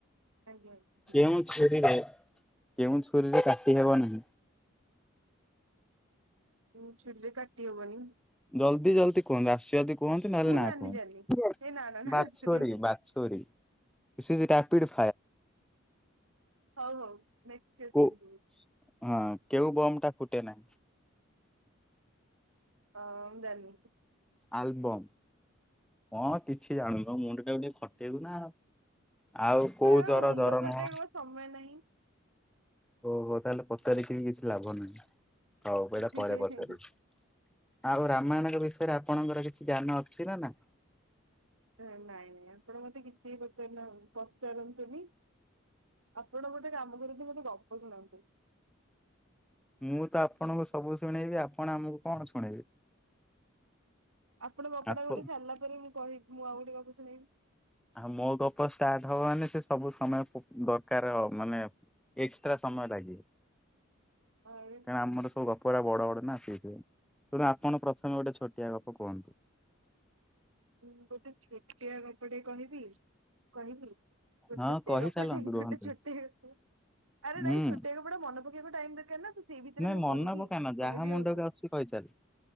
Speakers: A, on the right; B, in the centre.
A: ଆଜ୍ଞା ଆଜ୍ଞା।
B: କେଉଁ ଛୁରୀରେ କେଉଁ ଛୁରୀରେ କାଟି ହେବ ନାହିଁ।
A: ହୁଁ ଚୁଲେ କାଟି ହବନି।
B: ଜଲ୍ଦି ଜଲ୍ଦି କହନ୍ତୁ ଆସୁଛି ଯଦି। କୁହନ୍ତୁ ନହେଲେ
A: ମୁଁ
B: ନା
A: ଜାଣିନି
B: କୁହ
A: ଜାଣିନି ଏ ନା ନା ନା
B: ବାଛୁରୀ
A: ଆସୁନି ଆସୁନି
B: ବାଛୁରୀ ସେ ଇସ ରାପିଡ
A: ହଉ ହଉ କ୍ୱେସ୍ଚନ୍
B: କୋ
A: କୁହ
B: ହଁ କେଉ ବମ୍ ଟା ଫୁଟେ ନା?
A: ହଁ ମୁଁ ଜାଣିନି।
B: ଆଲୁବମ୍ ହଁ କିଛି ଜାଣୁନ ମୁଣ୍ଡ ଟାକୁ ଟିକେ ଖ ଟେ ଇବୁନା ଆଉ କୋଉ
A: ହେ ଏଗୁଡା
B: ଜର
A: ମୁଣ୍ଡ
B: ଜର
A: ଖଟେଇକୁ
B: ନୁହଁ
A: ପରା ସମୟ ନାହିଁ।
B: ଓହୋ ତାହେଲେ ପଚାରିକି ବି କିଛି ଲାଭ ନାହିଁ ହଉ
A: ନାହିଁ
B: ଏଇଟା ପରେ ପଚାରୁଛି। ଆଉ ରାମାୟଣଙ୍କ ବିଷୟରେ ଆପଣଙ୍କର କିଛି ଜ୍ଞାନ ଅଛି ନା ନାହିଁ?
A: ନାଇଁ ନାଇଁ ଆପଣ ମତେ କିଛି ପଚାରୁ ନାହୁ ପଚାରୁନ୍ତୁନି। ଆପଣ ଗୋଟେ କାମ କରିକି ମତେ ଗପ ଶୁଣାନ୍ତୁ।
B: ମୁଁ ତ ଆପଣଙ୍କୁ ସବୁ ଶୁଣେଇବି ଆପଣ ଆମକୁ କଣ ଶୁଣେଇବେ?
A: ଆପଣଙ୍କ ଗପଟା
B: ଆପ
A: ଗୋଟେ ସାରିଲା ପରେ ମୁଁ କିବି ମୁଁ ଆଉ ଗୋତେ କକୁ ଶୁଣିବି
B: ଆଉ ମୋ ଗପ ଷ୍ଟାର୍ଟ ହବ ମାନେ ସେ ସବୁ ସମୟ ଦରକାର ମାନେ ଏକ୍ସଟ୍ରା ସମୟ ଲାଗିବ।
A: କଣ କହିବି?
B: କାହିଁନା ଆମର ସବୁ ଗପ ଗୁଡା ବଡ ବଡ ସେଇଥିପାଇଁ ତେଣୁ ଆପଣ ପ୍ରଥମେ ଗୋଟେ ଛୋଟିଆ ଗପ କୁହନ୍ତୁ
A: ମୁଁ ଗୋଟେ ଛୋଟିଆ କପଟେ କହିବି କହିବି? ଗୋଟିଏ
B: ହଁ
A: ଛୋଟିଆ
B: କହିଚାଲନ୍ତୁ
A: ଗପତେ
B: ରୁହନ୍ତୁନି।
A: ଗୋଟେ ଛୋଟିଆ ଗପ ଆରେ
B: ହୁଁ
A: ନାଇଁ ଛୋଟିଆ ଗୋଟେ ମନେ ପକେଇବାକୁ ଟାଇମ ଦରକାର ନା ତ ସେଇ ଭିତରେ
B: ନାଇଁ
A: ମୁଁ
B: ମନ
A: କହିବି
B: ପକାନା ଯାହା
A: କହିବି
B: ମୁଣ୍ଡକୁ
A: ହଉଚି।
B: ଆସୁଛି କହିଚାଲ।